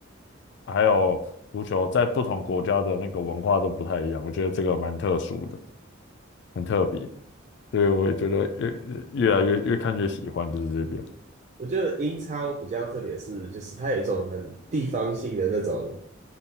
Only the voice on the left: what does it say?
还有足球在不同国家的那个文化都不太一样，我觉得这个蛮特殊的，很特别，所以我也觉得越越来越越看越喜欢就是这边。